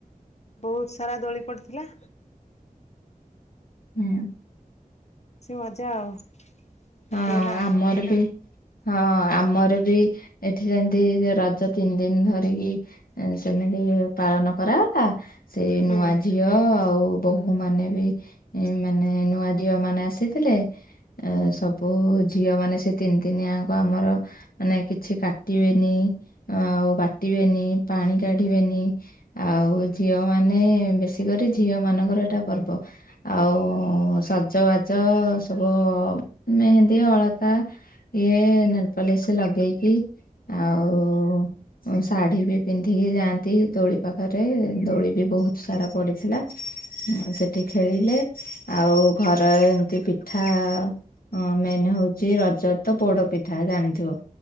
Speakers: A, on the left (about 50°); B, on the left (about 80°).
A: ବହୁତ ସାରା ଦୋଳି ପଡିଥିଲା।
B: ହୁଁ।
A: ମଜା ଆଉ କଟିଗଲା
B: ହଁ ଆମର ବି ହଁ ଆମର ବି ଏଠି ଯେମିତି ରଜ ତିନି ଦିନ ଧରିକି ସେମିତି ପାଳନ କରାଗଲା ସେଇ
A: ହୁଁ
B: ନୂଆ ଝିଅ ଆଉ ବୋହୂ ମାନେ ବି ମାନେ ନୂଆ ଝିଅ ମାନେ ଆସିଥିଲେ। ଏ ସବୁ ଝିଅ ମାନେ ସେ ତିନି ତିନିଆଙ୍କ ଆମର ମାନେ କିଛି କାଟିବେନି। ଆଉ ବାଟିବେନି ପାଣି କାଢିବେନି ଆଉ ଝିଅ ମାନେ ବେଶୀ କରି ଝିଅ ମାନଙ୍କର ଏଇଟା ପର୍ବ ଆଉ ସଜବାଜ ସବୁ ମେହେନ୍ଦୀ ଅଳତା ଇଏ ନେଲପା ଲିସ ଲଗେଇକି ଆଉ ଶାଢୀ ବି ପିନ୍ଧିକି ଯାଆନ୍ତି ଦୋଳି ପାଖରେ ଦୋଳି ବି ବହୁତ ସାରା ପଡିଥିଲା। ହ ସେଠି ଖେଳିଲେ ଆଉ ଘର ଏମତି ପି ପିଠା ଉଁ ମେନ୍ ହଉଛି ରଜତ ପୋଡ ପିଠା ଜାଣିଥିବ।